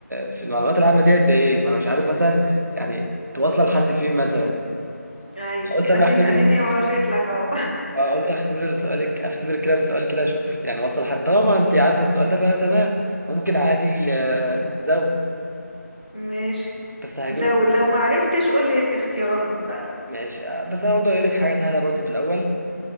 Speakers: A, on the right (about 75°); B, on the left (about 25°).
A: في المعلومات العامه دي قد ايه ما انا مش عارف مثلا يعني تواصل لحد فين مثلا
B: ايوه
A: قلت
B: ادين
A: اما اختبر
B: اديني وريت لك اهو
A: آه، قلت اختبر سؤالك اختبر كده بسؤال كده اشوف يعني واصل لحد طالما انت عارفه السؤال ده فانا تمام ممكن عادي آه، نزود
B: <laughs> ماشي
A: بس هجيب
B: زود لو
A: لك
B: ما عرفتش قول لي اختيارات بقى
A: ماشي آه، بس انا برضو هجيب لك حاجه سهله برضو دي الاول